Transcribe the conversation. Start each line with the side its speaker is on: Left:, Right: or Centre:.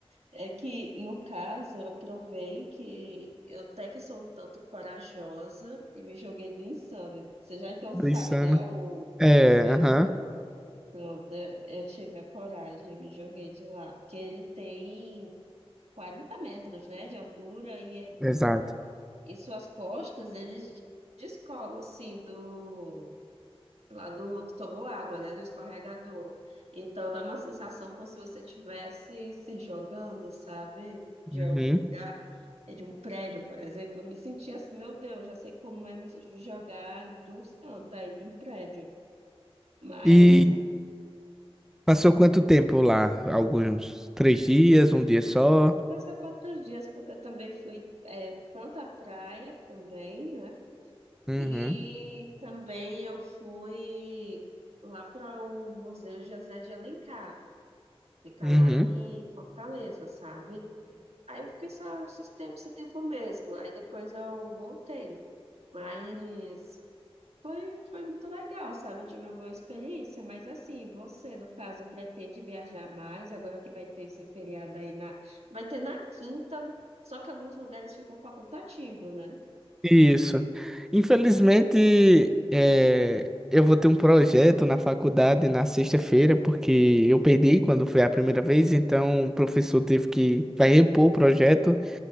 Right: É que, no caso, eu provei que eu até que sou um tanto corajosa e me joguei do Insano. Você já então sabe,
Centre: Pensando.
Right: né, o
Centre: É,
Right: do Insano?
Centre: aham,
Right: Pronto, eu eu tive a coragem, me joguei de lá. Porque ele tem 40 metros, né, de altura e, é-
Centre: exato.
Right: e suas costas, eles descolam, assim, do, lá do, água né, do escorregador. Então dá uma sensação como se você estivesse se jogando, sabe, de
Centre: Uhum.
Right: algum lugar, é de um prédio, por exemplo. Eu me sentia assim, meu Deus, já sei como é me jogar dos cantos aí de um prédio. Mas.
Centre: E passou quanto tempo lá? Alguns três dias, um dia só?
Right: Foi só quatro dias, porque eu também fui é, tanto à praia também, né?
Centre: Uhum,
Right: E também eu fui lá para o Museu José de Alencar, fica
Centre: uhum.
Right: lá em Fortaleza, sabe? Aí eu fiquei só esse tempo, esse tempo mesmo. Aí depois eu voltei. Mas. Foi, foi muito legal, sabe? Eu tive uma boa experiência, mas assim, você, no caso, pretende viajar mais, agora que vai ter esse feriado aí na. Vai ter na quinta, só que alguns lugares ficam facultativo, né?
Centre: Isso. Infelizmente, é, eu vou ter um projeto na faculdade na sexta-feira, porque eu perdi quando foi a primeira vez, então o professor teve que vai repor o projeto.